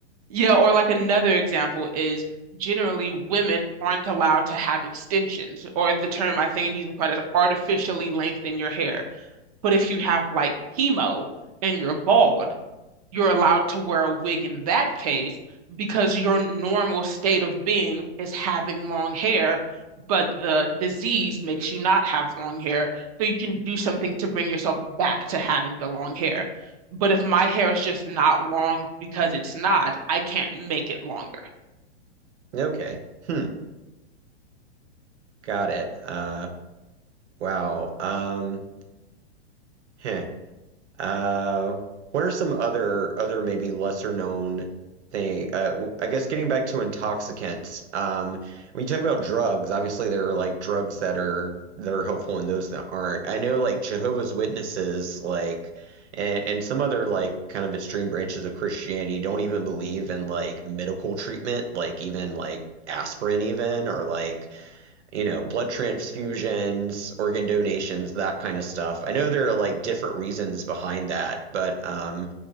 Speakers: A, on the right (about 35°); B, on the right (about 80°).
A: yeah. Or like another example is generally women aren't allowed to have extensions, or the term I think using quite is artificially lengthen your hair. But if you have like chemo and you're bald you're allowed to wear a wig in that case because your normal state of being is having long hair, but the disease makes you not have long hair. So you can do something to bring yourself back to having the long hair. But if my hair is just not long because it's not, I can't make it longer.
B: Okay. Hmm. Got it. Uh, Wow. Um, heh. Uh, what are some other other maybe lesser known thing? Uh, w- I guess getting back to intoxicants. Um, when you talk about drugs, obviously there are like drugs that are that are helpful and those that aren't. I know like Jehovah's Witnesses, like and, and some other like kind of extreme branches of Christianity don't even believe in like medical treatment, like even like aspirin even or like you know, blood transfusions, organ donations, that kind of stuff. I know there are like different reasons behind that, but um,